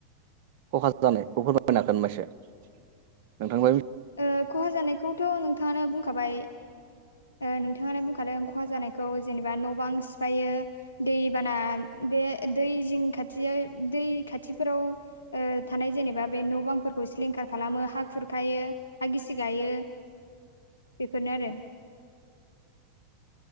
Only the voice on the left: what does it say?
ओ खहा जानायखौथ' नोंथाङानो बुंखाबाय। ओ नोंथाङानो बुंखादों खहा जानायखौ जेनेबा न' बां सिफायो दैबाना बे दै जिं खाथिया दै खाथिफोराव ओ थानाय जेनेबा बे न' बांफोरखौ सिलिंखार खालामो हा खुरखायो हा गिसि गायो बेफोरनो आरो।